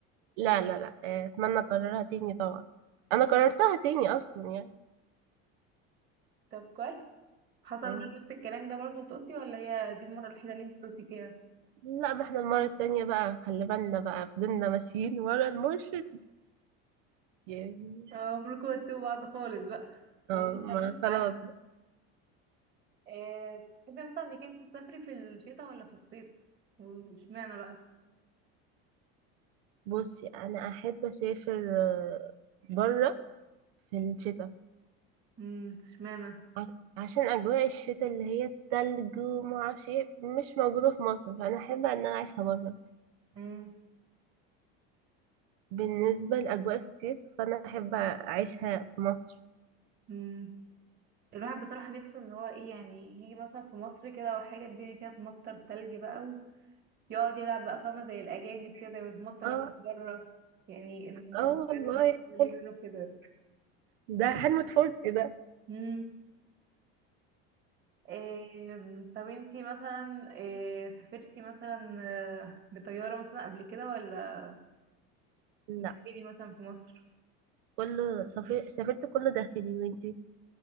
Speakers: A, on the right; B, on the right.
A: لا لا لا آه، اتمنى اكررها تاني طبعا انا كررتها تاني اصلا يعني
B: طب كويس حصل
A: مم.
B: برضه نفس الكلام ده برضه وتقصي ولا هي دي المرة الوحيدة اللي انتي قلتي فيها
A: لا ما احنا المرة التانية بقى خلي بالنا بقى فضلنا ماشيين ورا المرشد يعني
B: اه عمركم هتسيبوا بعض خالص بقى والله
A: اه ما
B: ده الواحد اتعلم
A: خلاص
B: آه، تحبي مثلا انك انت تسافري في الشتاء ولا في الصيف واشمعنى بقى
A: بصي انا احب اسافر آه، بره في الشتاء
B: امم اشمعنى
A: ع- عشان اجواء الشتاء اللي هي التلج وما اعرفش ايه مش موجوده في مصر فانا احب ان انا اعيشها بره
B: امم
A: بالنسبه لاجواء الصيف فانا احب اعيشها في مصر
B: امم الواحد بصراحة نفسه ان هو ايه يعني يجي مثلا في مصر كده او حاجة الدنيا كده تمطر تلج بقى ويقعد يلعب بقى فاهمة زي الأجانب كده ويتمطر
A: اه
B: نط بره يعني ان واحد
A: اه والله
B: بجد
A: حلو.
B: يجرب كده
A: ده حلم طفولتي ده
B: امم إيه طب انتي مثلا إيه سافرتي مثلا آه، بطيارة مثلا قبل كده ولا
A: لا
B: بتقيمي مثلا في مصر
A: كله سافر... سافرت كله داخلي وانتي